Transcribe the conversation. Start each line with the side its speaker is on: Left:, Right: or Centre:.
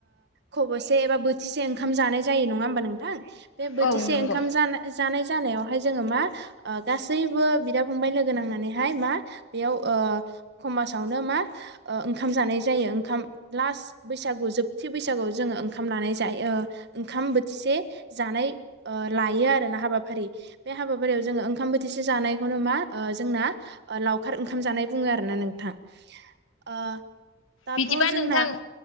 Right: खब'से एबा बोथिसे ओंखाम जानाय जायो नङा होमबा नोंथां बे बोथिसे
Left: औ नंगौ
Right: ओंखाम जानाय जानायाव हाय जोङो मा गासैबो बिदा फंबाय लोगो नांनानैहाय मा बेयाव खमासावनो मा ओंखाम जानाय जायो ओंखाम लास बैसागु जोबथि बैसागुआव जोङो ओंखाम लानाय जायो ओंखाम बोथिसे जानाय लायो आरोना हाबाफारि बे हाबाफारियाव जोङो ओंखाम बोथिसे जानायखौनो मा जोंना लावखार ओंखाम जानाय बुङो आरोना नोंथां ओ दाथ'
Left: बिदिबा
Right: जोंना
Left: नोंथां